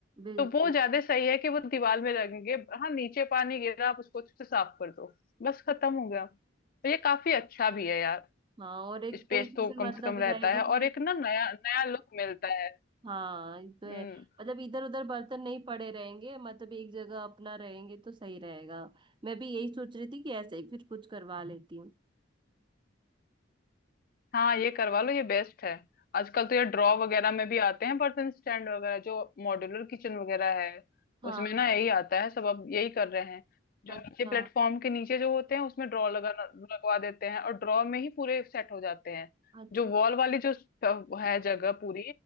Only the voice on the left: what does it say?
तो वो ज्यादा सही है कि वो दीवार में लगेंगे हाँ नीचे पानी गिरा आप उसको अच्छे से साफ कर दो बस खत्म हो गया तो ये काफी अच्छा भी है यार
स्पेस
तो
कम
से कम रहता
है
और एक ना नया नया लुक मिलता है
हम्म
हाँ ये करवा लो ये बेस्ट है आजकल तो ये ड्रॉ वगैरह में भी आते हैं बर्तन स्टैंड वगैरह जो मॉड्यूलर किचन वगैरह है
उसमें ना यही आता है सब अब यही कर रहे हैं जो
नीचे प्लेटफॉर्म के नीचे जो होते हैं उसमें ड्रॉ लगा लगवा देते हैं और ड्रॉ में ही पूरे सेट हो जाते हैं
जो वॉल वाली जो स- है जगह पूरी